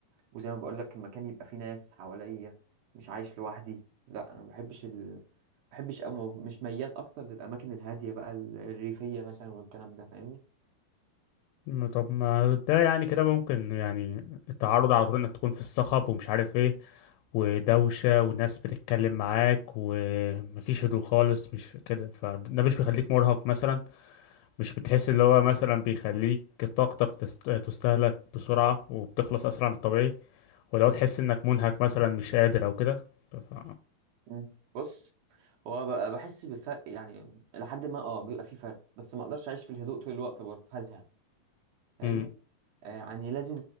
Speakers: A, on the right; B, on the left.
A: وزي ما بقول لك المكان يبقى فيه ناس حواليا مش عايش لوحدي لا انا ما بحبش ال... ما بحبش او مش ميال اكتر للاماكن الهاديه بقى الريفيه مثلا والكلام ده فاهمني
B: م- طب ما ده يعني كده ممكن يعني التعرض على طول انك تكون في الصخب ومش عارف ايه ودوشة وناس بتتكلم معاك ومفيش هدوء خالص مش كده فده مش بيخليك مرهق مثلا مش بتحس اللي هو مثلا بيخليك طاقتك تست- تستهلك بسرعة وبتخلص أسرع من الطبيعي ولو تحس إنك منهك مثلا مش قادر أو كده ف...
A: مم. بص هو بقى بحس بالفرق يعني لحد ما اه بيبقى فيه فرق بس ما اقدرش اعيش في الهدوء طول الوقت برضه هزهق فاهمني
B: م-
A: آه، يعني لازم